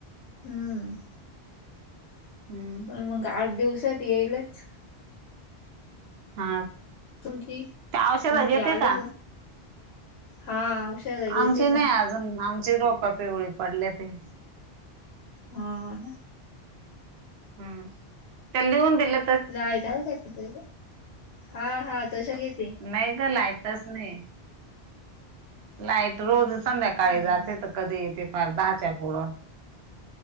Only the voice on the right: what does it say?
हम्म
हा
त्यावशत
घेते
का
आमची नाही
अजून आमची रोपा पिवळी पडल्या ते
हम्म त्याला लिहूला
नाही ग लायताच नाही लाईट रोज संध्याकाळी
जाते तर कधी येते फार दहाच्या पुढं